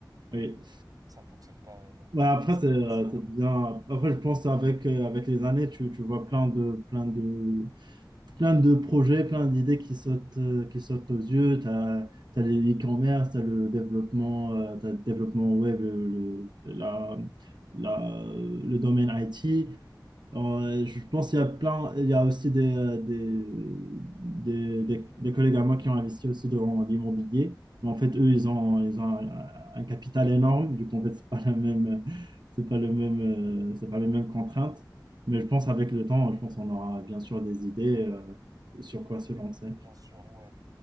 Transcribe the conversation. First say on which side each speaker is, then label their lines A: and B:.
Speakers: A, on the right; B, on the right.
A: Oui.
B: Ça fonctionne pas, ouais, non,
A: Bah, après,
B: comme ça,
A: c'est euh,
B: c'est vrai.
A: c'est bien. Après, je pense avec, euh, avec les années, tu, tu vois plein de, plein de, plein de projets, plein d'idées qui sautent, euh, qui sautent aux yeux. Tu as, les e-commerce, tu as le développement, euh, t'as le développement web, euh, le, la, la, le domaine I T Alors, Euh, je pense qu'il y a plein, il y a aussi des, euh, des, des, des- des collègues à moi qui ont investi aussi dans l'immobilier. Mais en fait, eux, ils ont, ils ont un, un capital énorme. Du coup, en fait, c'est pas la même, euh, c'est pas le même, euh, c'est pas les mêmes contraintes. Mais je pense avec le temps, je pense qu'on aura bien sûr des idées euh, sur quoi se lancer.
B: Bien sûr, ouais.